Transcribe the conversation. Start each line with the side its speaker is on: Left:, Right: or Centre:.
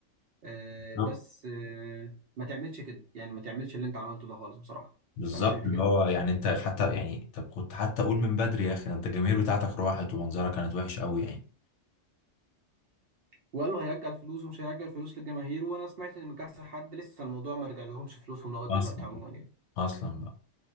Right: آه
Left: نعم.
Right: بس آه ما تعملش كده يعني ما تعملش اللي انت عملته ده خالص بصراحه
Left: بالظبط
Right: انا شايف
Left: اللي
Right: كده
Left: هو يعني انت حتى يعني طب كنت حتى قول من بدري يا اخي ده انت الجماهير بتاعتك راحت ومنظرها كانت وحش قوي يعني
Right: وقالوا هيرجع الفلوس ومش هيرجع الفلوس للجماهير وانا سمعت ان من كذا حد لسه الموضوع ما رجعلهمش فلوسهم لغايه
Left: اصلا
Right: دلوقتي عموما يعني
Left: اصلا بقى